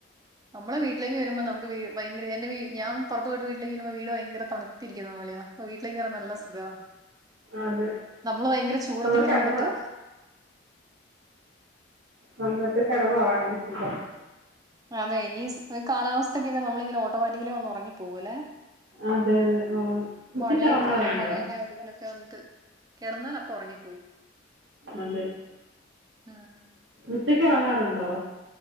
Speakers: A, on the right; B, on the right.
A: നമ്മളെ വീ ട്ടിലേക്ക് വരുമ്പം നമുക്ക് വീ ഭയങ്കര എൻ്റെ വീ ഞാൻ പൊർ ത്തോയ്ട്ട് വീട്ട്ലേക്ക് വരുമ്പം വീട് ഭയ്ങ്കര തണു ത്തിരിക്കുന്ന പോലെയാ അപ്പ വീട്ടിലേക്ക് കേറാൻ നല്ല സുഖാ.
B: അതെ
A: നമ്മള് ഭയങ്കര ചൂടത്തിങ്ങനെ
B: ഒന്ന് കിടന്നോ
A: വന്നിട്ട്
B: വന്നിട്ട് കെടന്നൊറങ്ങണ സുഖ
A: ആന്നേ ഈ കാലാവസ്ഥക്കൊക്കെ നമ്മളിങ്ങനെ ഓട്ടോമാറ്റിക്കലി വന്ന് ഉറങ്ങിപ്പോകൂല്ലെ.
B: അതെ അതെ ഉറങ്ങും ഉച്ചയ്ക്ക്
A: മഴയൊക്കെ
B: ഇറങ്ങാറുണ്ടോ
A: ആ മഴന്റെ ആ ഒരുതിലൊക്കെ ക്കെ വന്നിട്ട് കിടന്നാൽ അപ്പൊ ഒറങ്ങിപ്പോവും.
B: അതെ
A: ഉം
B: ഉച്ചക്ക് ഒറങ്ങാറുണ്ടോ?